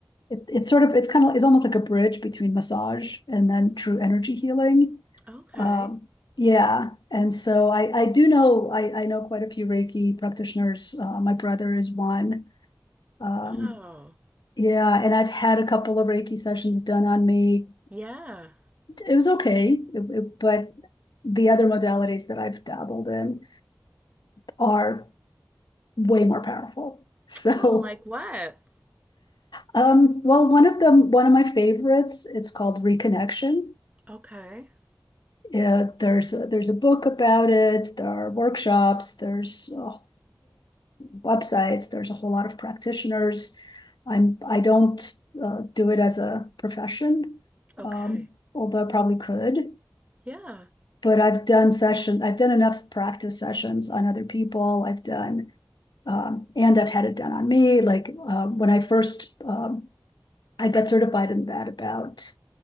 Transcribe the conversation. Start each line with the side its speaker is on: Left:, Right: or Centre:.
Left: it, it's sort of it's kind of it's almost like a bridge between massage and then true energy healing
Right: Okay.
Left: um, yeah, and so I I do know I I know quite a few Reiki practitioners. Uh, my brother is one. Um,
Right: Oh.
Left: yeah, and I've had a couple of Reiki sessions done on me.
Right: Yeah.
Left: It was okay, it- it- but the other modalities that I've dabbled in are way more powerful. <laughs> So,
Right: Oh, like what?
Left: um, well, one of them, one of my favorites, it's called Reconnection.
Right: Okay.
Left: Yeah, there's a, there's a book about it. There are workshops. There's uh, websites. There's a whole lot of practitioners. I'm I don't uh, do it as a profession,
Right: Okay.
Left: um, although I probably could.
Right: Yeah.
Left: But I've done session. I've done enough practice sessions on other people. I've done um, and I've had it done on me. Like uh, when I first um, I got certified in that about